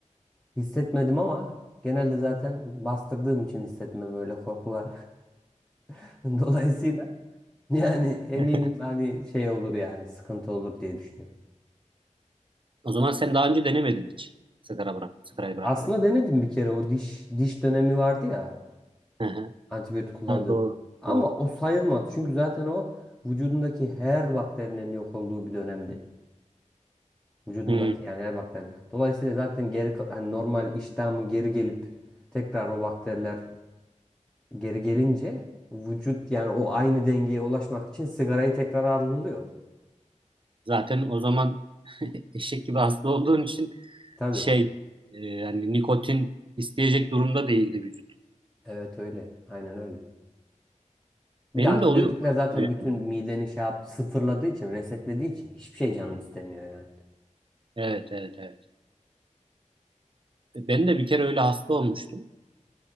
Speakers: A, in the centre; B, on the right.
A: e, hissetmedim ama genelde zaten bastırdığım için hissetmem öyle korkular. <laughs> Dolayısıyla yani eminim
B: <laughs>
A: hani şey olur yani sıkıntı olur diye düşünüyorum.
B: O zaman sen daha önce denemedin hiç sigara bırak, sigarayı bırakmayı.
A: Aslında denedim bir kere o diş diş dönemi vardı ya
B: Hı hı.
A: antibiyotik kullandığım.
B: Ha, doğru,
A: Ama
B: doğru.
A: o sayılmadı çünkü zaten o vücudumdaki her bakterinin yok olduğu bir dönemdi. Vücudumdaki
B: Hmm,
A: yani her bakterinin. Dolayısıyla zaten geri ka- hani normal iştahımın geri gelip Tekrar o bakteriler Geri gelince vücut yani o aynı dengeye ulaşmak için sigarayı tekrar arzuluyor.
B: Zaten o zaman <laughs> eşek gibi hasta olduğun için
A: Tabii.
B: şey e, yani nikotin isteyecek durumda değildi vücut.
A: Evet öyle. Aynen öyle. Bir
B: Benim
A: de antibiyotikler
B: de oluyor bu arada
A: zaten
B: böyle.
A: bütün
B: bir durum.
A: mideni şey yap, sıfırladığı için, resetlediği için hiçbir şey canın istemiyor yani.
B: Evet, evet, evet. Ben de bir kere öyle hasta olmuştum.